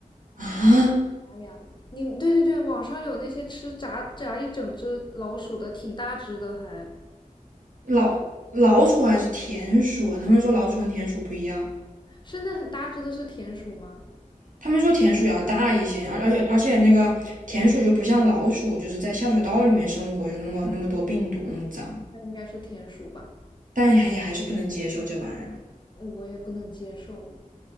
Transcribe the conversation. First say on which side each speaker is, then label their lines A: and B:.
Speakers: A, on the right; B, on the left.
A: 啊，
B: 哎呀，你对对对，网上有那些吃炸炸一整只老鼠的，挺大只的还。
A: <laughs> 老老鼠还是田鼠啊他们说老鼠跟田鼠不一样，
B: 是那很大只的是田鼠吗？
A: 他们说田鼠也要大一些，而而且而且那个田鼠就不像老鼠，就是在下水道里面生活，就那么那么多病毒，那么脏，
B: 那应该是田鼠吧，
A: 但还也还是不能接受这玩意儿。
B: 我也不能接受。